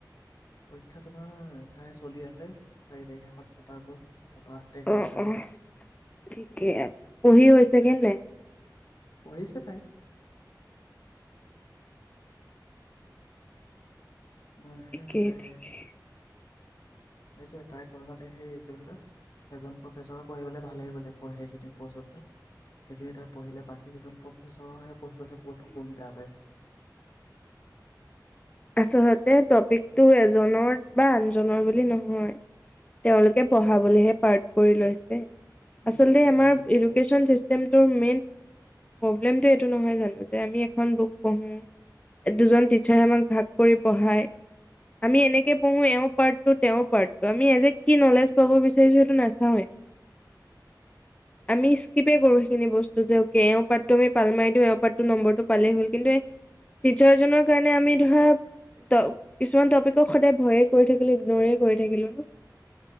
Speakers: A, on the left (about 60°); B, on the left (about 20°).
A: পৰীক্ষা তোমাৰ, তাই চলি আছে চাৰি তাৰিখে শত পতাৰ গ'ল তাৰপৰা আঠ তাৰিখে
B: অঁ
A: আছে আৰু
B: অঁ ঠিকেই আৰু, পঢ়ি হৈছে <unintelligible>
A: পঢ়িছে তাই মানহে
B: ঠিকেই
A: তাই
B: ঠিকে।
A: সেইটোৱে তাই কৰবাত সেই কি বুলি কয়, এজন প্ৰফেচৰ পঢ়িবলৈ ভালে বুলে সেইখিনি পৰচনটো সেইখিনি তাই পঢ়িলে বাকী কেইজন প্ৰ চৰে পঢ়িবলৈ বতো কোন বেয়া পাইছে
B: আচলতে টপিকটো এজনৰ বা আনজনৰ বুলি নহয়, তেওঁলোকে পঢ়াবলৈহে পাৰ্ট কৰি লৈছে। আচল
A: উম
B: আমাৰ এডুকেশ্যন চিচ <unintelligible> মেইন প্ৰব্লেমটো এইটো নহয় জানো যে আমি এখন বুক পঢ়ো, দুজন টিচাৰে আমাক ভাগ কৰি কৰি পঢ়াই, আমি এনেকে পঢ়ো এওঁ পাৰ্টটো তেওঁৰ পাৰ্টটো আমি এ জে কি নলেজ পাব বিচাৰিছাে সেইটো নাচাৱে, আমি স্কিপ এ কৰো সেইখিনি বস্তু যে এওঁ পাৰ্টটো পাল মাৰি দি এওঁ পাৰ্টটো নম্বটো পালে হ'ল কিন্তু টিচাৰজনৰ কাৰে আমি ধৰা ত কিছুমান টপিকক সদায় ভয়ে কৰি থাকিলো ইগনৰে কৰি থাকিলো ন